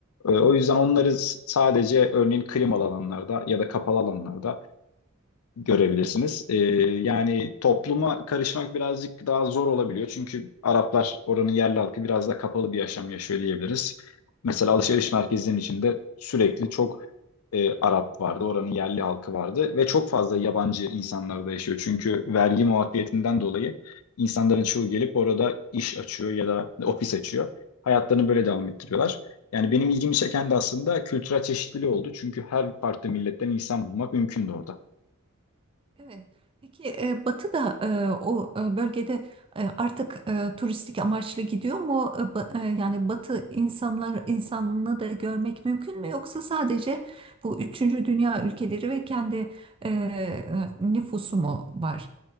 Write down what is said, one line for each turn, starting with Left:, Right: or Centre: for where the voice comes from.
Left: E, o yüzden onları s- sadece örneğin klimalı alanlarda ya da kapalı alanlarda görebilirsiniz. Ee, yani topluma karışmak birazcık daha zor olabiliyor. Çünkü Araplar oranın yerli halkı biraz da kapalı bir yaşam yaşıyor diyebiliriz. Mesela alışveriş merkezinin içinde sürekli çok e, Arap vardı, oranın yerli halkı vardı ve çok fazla yabancı insanlar da yaşıyor. Çünkü vergi muafiyetinden dolayı insanların çoğu gelip orada iş açıyor ya da ofis açıyor. Hayatlarını böyle devam ettiriyorlar. Yani benim ilgimi çeken de aslında kültürel çeşitliliği oldu. Çünkü her farklı milletten insan bulmak mümkündü orada.
Right: Evet. Peki e, Batı da e, o e, bölgede e, artık e, turistik amaçlı gidiyor mu? E, ba- e, yani Batı insanlar insanını da görmek mümkün mü? Yoksa sadece bu üçüncü dünya ülkeleri ve kendi e, e, nüfusu mu var?